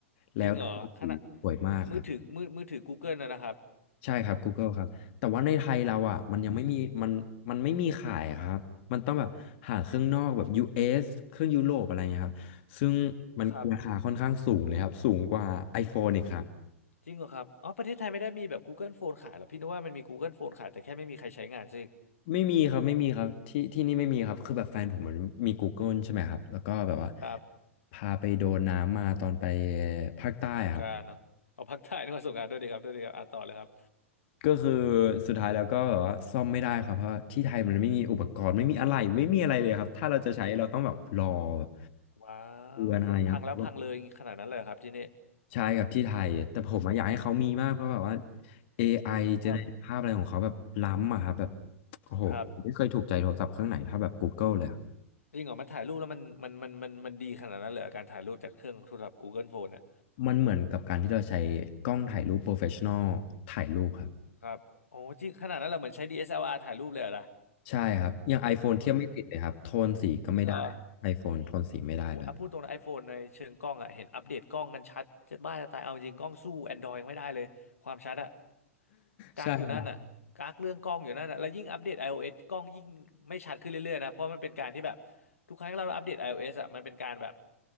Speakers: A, on the left; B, on the left.
A: แล้วถ่ายสีสวยมากครับ
B: จริงเหรอขณะมือถือมือมือถือ Google นะนะครับ
A: ใช่ครับ Google ครับแต่ว่าในไทยเราอ่ะมันยังไม่มีมันมันไม่มีขายครับมันต้องแบบหาเครื่องนอกแบบ US เอสเครื่องยุโรปอะไรเงี้ยครับซึ่งมันราคาค่อนข้างสูงเลยครับสูงกว่า
B: ครับ
A: iPhone อีกครับ
B: จริงเหรอครับอ๋อประเทศไทยไม่ได้มีแบบ Google Phone ขายเหรอพี่นึกว่ามันมี Google Phone ขายแต่แค่ไม่มีใครใช้งานซะอีก
A: ไม่มีครับไม่มีครับที่ที่นี่ไม่มีครับคือแบบแฟนผมมันมี Google ใช่ไหมครับแล้วก็แบบว่า
B: ครับ
A: พาไปโดนน้ำมาตอนไปภาคใต้ครับ
B: สงกรานต์เนอะเอาพักถ่ายนึกว่าสงกรานต์ด้วยดีครับด้วยดีครับอ่ะต่อเลยครับ
A: ก็คือสุดท้ายแล้วก็แบบว่าซ่อมไม่ได้ครับเพราะที่ไทยมันไม่มีอุปกรณ์ไม่มีอะไรไม่มีอะไรเลยครับถ้าเราจะใช้เราต้องแบบรอแบบ
B: ว้า
A: เดือนอะไรเงี้ยครับ
B: วคือพังแล้วพังเลยขนาดนั้นเลยเหรอครับที่นี่
A: ใช่ครับที่ไทยแต่ผมอะอยากให้เขามีมากเพราะแบบว่า AI เจเนเรตภาพอะไรของเขาแบบล้ำอะครับแบบ
B: ครับ
A: โอ้โหไม่เคยถูกใจโทรศัพท์เครื่องไหนเท่าแบบ
B: ครับ
A: Google เลยอะ
B: จริงเหรอมันถ่ายรูปแล้วมันมันมันมันมันดีขนาดนั้นเลยเหรอการถ่ายรูปจากเครื่องโทรศัพท์ Google Phone ่ะ
A: มันเหมือนกับการที่เราใช้กล้องถ่ายรูปโปรเฟชชั่นอลถ่ายรูปครับ
B: ครับโอ้จริงขนาดนั้นเหราเหมือนใช้ดีเอสแอลอาร์ถ่ายรูปเลยเหรอล่ะ
A: ใช่ครับอย่าง iPhone เทียบไม่ติดเลยครับโทนสีก็ไม่ได้
B: ว้าวจริงเหรอ
A: iPhone โทนสีไม่ได้เลย
B: โหอ่ะพูดตรงนะ iPhone ในเชิงกล้องอ่ะเห็นอัปเดตกล้องกันชัดจะบ้าจะตายเอาจริงกล้องสู้ Android ยังไม่ได้เลยความชัดอะกักอยู่นั่นอะกักเรื่องกล้องอยู่นั่นอะแล้วยิ่งอัปเดต
A: ใช่
B: iOS กล้องยิ่งไม่ชัดขึ้นเรื่อยๆนะเพราะมันเป็นการที่แบบทุกครั้งที่เราอัปเดต iOS อะมันเป็นการแบบ